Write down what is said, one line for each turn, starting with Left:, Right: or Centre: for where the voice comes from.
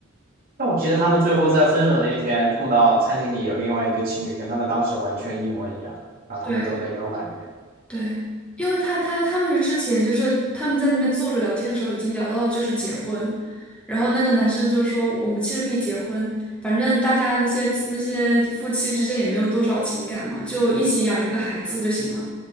Right: 但我记得他们最后在分手那一天碰到餐厅里有另外一对情侣，跟他们当时完全一模一样，然后他们都泪流满面。
Centre: 对，对，因为他他他们是之前就是他们在那边坐着聊天的时候，已经聊到就是结婚，然后那个男生就说我们其实可以结婚，反正大家那些那些夫妻之间也没有多少情感嘛，就一起养育个孩子就行了。